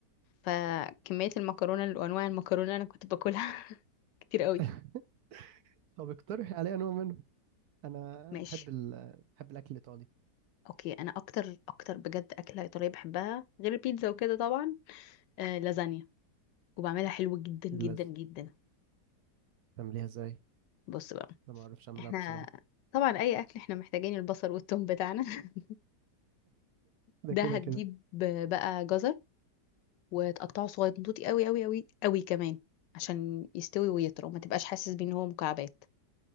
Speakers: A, on the left (about 80°); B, on the right (about 70°).
A: فكمية المكرونة وأنواع المكرونة اللي أنا كنت باكلها <laughs> كتير قوي
B: <laughs> طب اقترحي عليا نوع منه انا
A: ماشي
B: بحب ال... بحب الاكل الايطالي
A: أوكي أنا أكتر أكتر بجد أكلة إيطالية بحبها غير البيتزا وكده طبعا آه لازانيا وبعملها حلو جدا جدا
B: اللذ
A: جدا
B: تعمليها ازاي
A: بص بقى
B: انا ما اعرفش اعملها
A: احنا
B: بصراحه
A: طبعا اي اكل احنا محتاجين البصل والثوم بتاعنا <laughs>
B: ده
A: ده
B: كده
A: هتجيب
B: كده
A: بقى جزر وتقطعه صغير نضوطي قوي قوي قوي قوي كمان عشان يستوي ويطرى وما تبقاش حاسس بيه ان هو مكعبات